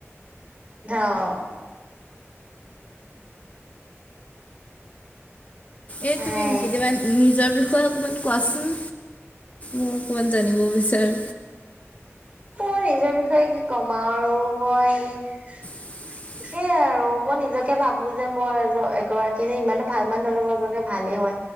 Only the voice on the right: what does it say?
অঁ।
আই
মই নিজৰ বিষয়ে কি কম আৰু মই
সেয়াই আৰু মই নিজকে ভাবো যে মই এগৰাকী যে ইমানো ভাল মানুহৰ বাবে যে ভালেই হয়।